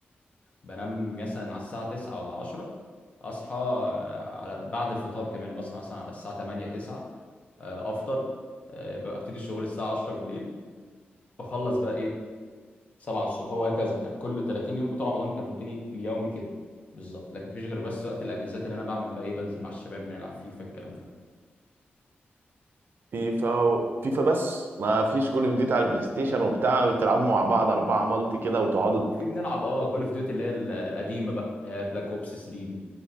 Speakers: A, on the left; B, on the right.
A: بنام مثلا على الساعة 9 ولا 10 أصحى آه، على بعد الفطار كمان بصحى مثلا على الساعة 8 9 آه، أفطر آه، ببقى أبتدي الشغل الساعة 10 بالليل بخلص بقى إيه 7 الصبح هو هكذا كان كل 30 يوم بتوع رمضان كان روتيني اليومي كده بالظبط لكن مفيش غير بس وقت الأجازات اللي أنا بعمل بقى إيه بنزل مع الشباب بنلعب فيفا الكلام ده
B: فيفا فيفا بس ما فيش كول اوف ديوتي على البلاي ستيشن وبتاع بتلعبوا مع بعض اربعه مالتي كده وتقعدوا
A: في بنلعب اه كول اوف ديوتي اللي هي ال- القديمه بقى اللي هي بلاك اوبس 3 دي